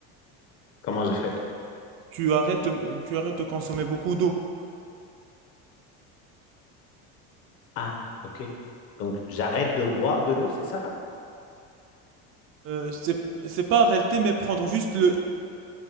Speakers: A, on the left; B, on the right.
A: Comment je fais?
B: tu arrêtes de, tu arrêtes de consommer beaucoup d'eau.
A: Ah, ok. Donc, j'arrête de boire de l'eau, c'est ça?
B: Euh, c'est, c'est pas arrêter, mais prendre juste le,